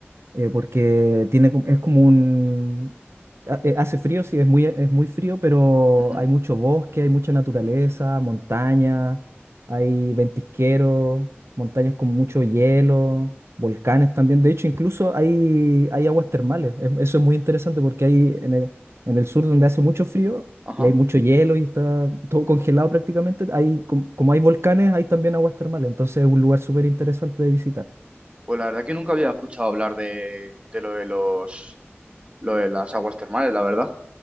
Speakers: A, on the right; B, on the right.
A: eh, porque tiene, como- es como un... ha- eh, Hace frío, sí, es muy, es muy frío, pero
B: Ujú,
A: hay mucho bosque, hay mucha naturaleza, montaña, hay ventisqueros, montañas con mucho hielo, volcanes también. De hecho, incluso hay, hay aguas termales. Es- Eso es muy interesante porque hay en el, en el sur donde hace mucho frío
B: Ajá.
A: y hay mucho hielo y está todo congelado prácticamente, hay, com- como hay volcanes, hay también aguas termales. Entonces es un lugar súper interesante de visitar.
B: Pues la verdad que nunca había escuchado hablar de, de lo de los, lo de las aguas termales, la verdad.